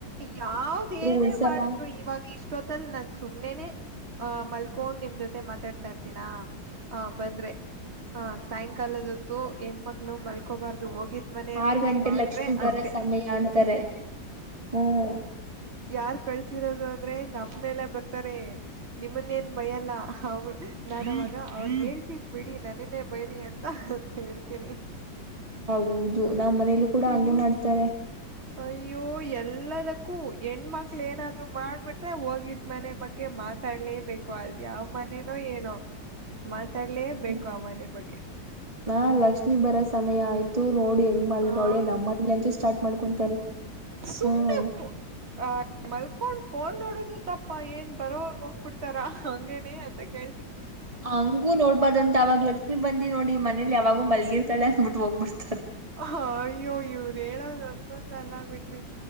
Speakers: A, on the right (about 35°); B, on the right (about 15°).
A: ಯಾವ್ದ ಏನೇ
B: ಉಳ್ಸಲ್ಲ
A: ಮಾಡಿದ್ರು ಇವಾಗ ಇಷ್ಟೊತ್ತಲ್ ನನ್ ಸುಮ್ನೆನೆ ಆಹ ಮಲ್ಕೊಂಡ್ ನಿಮ್ ಜೊತೆ ಮಾತಾಡ್ತಾ ಇರ್ತೀಿನ ಆ ಬಂದ್ರೆ ಹ ಸಾಯಂಕಾಲದೊತ್ತು ಹೆಣ್ಮಕ್ಳ ಮಲ್ಕೋಬಾರ್ದು ಹೋಗಿ ಮನೆಯಲ್ಲಿ
B: ಆರ್ ಗಂಟೆ
A: ಮಾಡಿದ್ರೆ
B: ಲಕ್ಷ್ಮಿ ಬರೋ
A: ಅಷ್ಟೆ
B: ಸಮಯ ಅಂತಾರೆ ಹ್ಮ್
A: ಯಾರ ಕಳ ರೋದು ಅಂದ್ರೆ ನಮ್ ಮೇಲೆ ಬರ್ತಾರೆ ನಿಮ್ಮನ್ನೇನ್ ಭಯಲ್ಲ ಅವ ನಾನ್ವಾಗ ಅವ್ ಕೇಳ್ತೀನ್ ಬಿಡಿ ನನನೇ ಬೈರಿ ಅಂತ ಹೇಳ್ತೀನಿ
B: ಹೌದು ನಮ್ಮ್ ಮನೇಲ್ಲೂ ಕೂಡ
A: ಇವ್ರ್
B: ಹಂಗೆ ಮಾಡ್ತಾರೆ
A: ಅಯ್ಯೋ ಎಲ್ಲದಕ್ಕೂ ಹೆಣ್ಮಕ್ಳ ಏನಾದ್ರು ಮಾಡ್ಬಿಟ್ರೆ ಹೋಗಿದ್ ಮನೆ ಬಕಗೆ ಮ ಮಾತಾಡ್ಲೇಬೇಕೇಕು ಅಲ್ದು ಯಾವ ಮನೇನೋ ಏನೋ ಮಾತಾಡ್ಲೇೇ
B: ಹ್ಮ್
A: ಬೇಕು ಆ ಮನೆ ಬಗ್ಗೆ
B: ಹಾ ಲಕ್ಷ್ಮಿ ಬರ ಸಮಯ ಆಯ್ತು ನೋಡಿ ಹೆಂಗ್ ಮಲ್ಗಳೆ
A: ಆ
B: ನಮ್ಮನ ಅಂಜು ಸ್ಟಾರ್ಟ್ ಮಾಡ್ಕೊಂತಾರೆ
A: ಸುಂಬೆ
B: ಹ್ಮ
A: ಆ ಮಲ್ಕೊಂಡ್ ಫೋನ್ ನೋಡುದು ತಪ್ಪಾ ಏನ್ ಬರೋ ಅವರು ಹೋಗ್ಬಿಡ್ತಾರ ಹಂಗೇನೆ ಅಂತ ಕೇ
B: ಹಂಗೂ ನೋಡ್ಬದುಂತ ಅವಾಗ ಲಕ್ಷ್ಮಿ ಬಂದಿ ನೋಡಿ ಮನೇಲಿ ಯಾವಾಗೂ ಮಲ್ಗಿರ್ತಳೆ ಅಂದ್ಬಿಟ್ಟು ಹೋಗ್ಬಿಡ್ತ
A: ಹ ಅಯ್ಯೋ ಇವರು ಹೇಳೋದ ಒಂದೊಂದ ಎಲ್ಲ ಬಿಡ್ರಿ